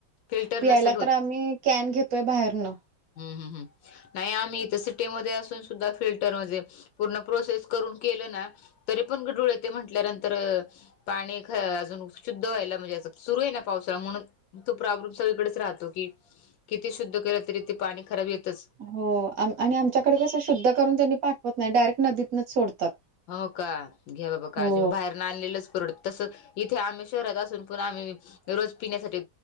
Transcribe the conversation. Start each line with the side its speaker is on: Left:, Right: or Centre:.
Left: फिल्टर
Right: पियायला
Left: नसेल
Right: तर आम्ही कॅन घेतोय बाहेरनं.
Left: हम हम हम, नाही आम्ही इथ सिटीमध्ये असून सुद्धा फिल्टरमध्ये पूर्ण प्रोसेस करून केलं ना, तरी पण डुळे ते म्हटल्यानंतर पाणी ख अजून शुद्ध व्हायला म्हणजे असं सुरू आहे ना पावसाळा, म्हणून तो प्रॉब्लेम सगळीकडेच राहतो की किती शुद्ध केलं, तरी ते पाणी खराब येतच.
Right: हो, आणि आमच्याकडे कसं, शुद्ध करून त्यांनी पाठवत नाही, डायरेक्ट नदीतनच सोडतात.
Left: हो का, घ्या बाबा काळजी
Right: हो
Left: म, बाहेर न आनलेलंच परवडत, तस इथे आम्ही शहरात असून पण आम्ही रोज पिण्यासाठी